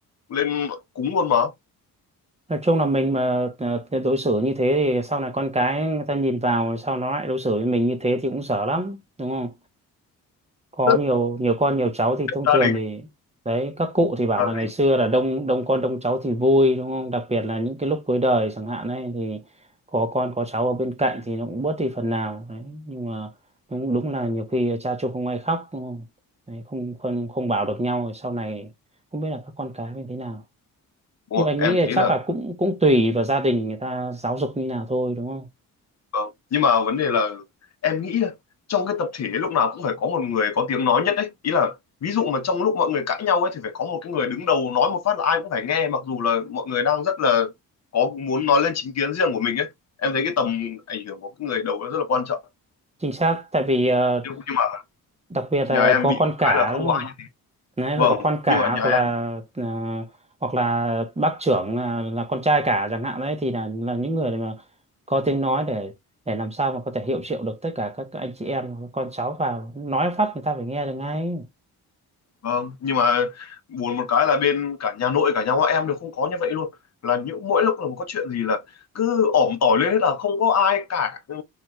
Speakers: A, on the left; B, on the right.
A: lên cúng luôn mà
B: nói chung là mình mà ờ, ờ, đối xử như thế thì sau này con cái người ta nhìn vào sau nó lại đối xử với mình như thế thì cũng dở lắm đúng không có
A: rất
B: nhiều nhiều con nhiều cháu thì
A: là
B: thông
A: gia
B: thường
A: đình
B: thì đấy các cụ thì bảo
A: Gia
B: là ngày
A: đình.
B: xưa là đông đông con đông cháu thì vui đúng không đặc biệt là những cái lúc cuối đời chẳng hạn ấy thì có con có cháu ở bên cạnh thì nó cũng bớt đi phần nào đấy nhưng mà đúng đúng là nhiều khi cha chung không ai khóc đúng không đấy, không không không bảo được nhau rồi sau này không biết là các con cái như thế nào
A: Đúng
B: nhưng
A: rồi,
B: mà anh
A: em
B: nghĩ là
A: thấy
B: chắc
A: là
B: là cũng cũng tùy vào gia đình người ta giáo dục như nào thôi đúng không
A: Vâng. Nhưng mà vấn đề là em nghĩ trong cái tập thể lúc nào cũng phải có một người có tiếng nói nhất đấy. Ý là ví dụ mà trong lúc mọi người cãi nhau ấy thì phải có một cái người đứng đầu nói một phát là ai cũng phải nghe mặc dù là mọi người đang rất là có muốn nói lên chính kiến riêng của mình ấy. Em thấy cái tầm ảnh hưởng của cái người đầu nó rất là quan trọng.
B: chính xác tại vì ờ,
A: Nhưng nhưng mà
B: đặc biệt là
A: nhà em
B: có
A: bị
B: con cả
A: cái là không
B: đúng không
A: có ai.
B: đấy
A: Vâng,
B: phải có con cả
A: nhưng mà
B: hoặc
A: nhà
B: là ờ, hoặc là bác trưởng là, là con trai cả chẳng hạn đấy thì là là những người mà có tiếng nói để để làm sao mà có thể hiệu triệu được tất cả các anh chị em các con cháu vào nói phát người ta phải nghe được ngay
A: Vâng, nhưng mà buồn một cái là bên cả nhà nội cả nhà ngoại em đều không có như vậy luôn. Là những mỗi lúc là có chuyện gì là cứ ỏm tỏi lên hết là không có ai cả ừ,